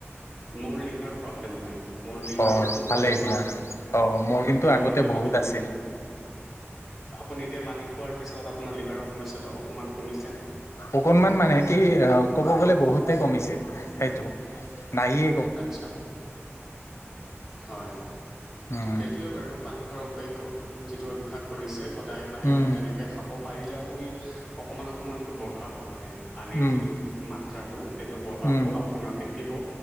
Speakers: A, in the centre; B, on the left (about 70°).
A: মোৰ লিভাৰৰ প্ৰব্লেম নাই মোৰ লিভাৰৰ
B: অ
A: কোনো
B: ভালেই
A: সমস্যা
B: দিয়া
A: নাই সেইকাৰণে
B: অ মোৰ কিন্তু আগতে বহুত
A: মানে
B: আছিল
A: মই আপুনি এতিয়া পানী খোৱাৰ পিছত আপোনাৰ লিভাৰৰ সমস্যাটো অকমান কমিছে নে?
B: অকনমান মানে কি অ ক'ব গ'লে বহুতে কমিছে সেইটো নাইয়ে।
A: আচ্ছা হয়
B: উম
A: সেইটোৱে বাৰু পানীখোৱাৰ অভ্য যিটো অভ্যাস কৰিছে সদায় মানে
B: উম
A: তেনেকৈ খাব। পাৰিলে আপুনি অকণমান অকণমানকৈ বঢ়াব মানে পানীৰ
B: উম
A: যিটো মা ত্ৰাটো সেইটো বঢ়াব
B: উম
A: আপোনাৰ দেখিব